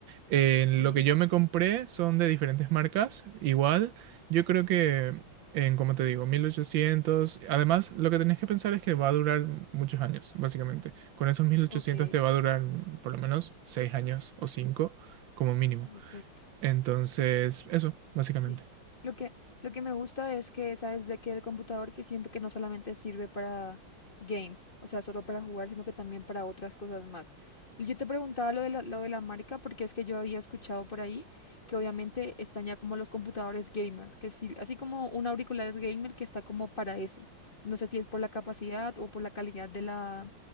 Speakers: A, on the right; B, on the left.
A: eh, lo
B: ok,
A: que yo me compré son de diferentes marcas. Igual, yo creo que en, como te digo, mil ochocientos Además, lo que tenés que pensar es que va a durar muchos años, básicamente. Con esos mil ochocientos
B: ok,
A: te va a durar mm, por lo menos 6 años o 5 como mínimo.
B: perfecto.
A: Entonces, eso, básicamente.
B: Sí. Lo que, lo que me gusta es que, ¿sabes? De que el computador que siento que no solamente sirve para game, o sea, solo para jugar, sino que también para otras cosas más. Yo te preguntaba lo de la, lo de la marca porque es que yo había escuchado por ahí que obviamente están ya como los computadores gamer, que sí, así como un auricular gamer que está como para eso. No sé si es por la capacidad o por la calidad de la,